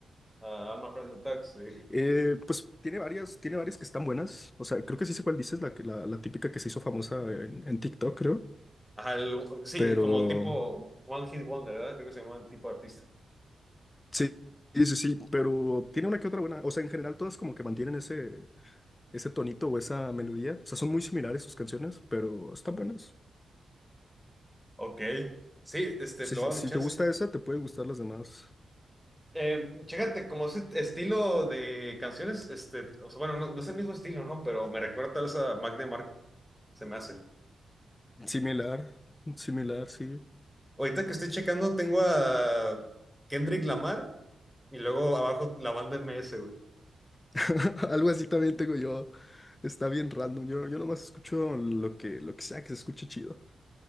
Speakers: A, in the centre; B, on the left.
A: ah, I'm Afraid of Dogs, sí.
B: Eh, pues tiene varias, tiene varias que están buenas, o sea, creo que sí sé cuál dices, la, que- la, la típica que se hizo famosa en, en TikTok, creo,
A: Ajá, el- sí,
B: pero
A: como tipo One Hit Wonder, ¿verdad? Creo que se llama el tipo de artista.
B: sí, sí, sí, sí, pero tiene una que otra buena, o sea, en general todas como que mantienen ese, ese tonito o esa melodía, o sea, son muy similares sus canciones, pero están buenas.
A: Ok. Sí, este,
B: Si,
A: lo
B: si
A: voy a
B: si
A: dar un chance.
B: te gusta esa, te pueden gustar las demás.
A: Eh, chécate, como ese estilo de canciones, este, o sea, bueno, no, no es el mismo estilo, ¿no? Pero me recuerda tal vez a Mac DeMarco, se me hace.
B: Similar, similar, sí.
A: Ahorita que estoy checando, tengo a Kendrick Lamar y luego abajo la banda M S güey.
B: <laughs> Algo así también tengo yo. Está bien random. Yo, yo nomás escucho lo que, lo que sea que se escuche chido.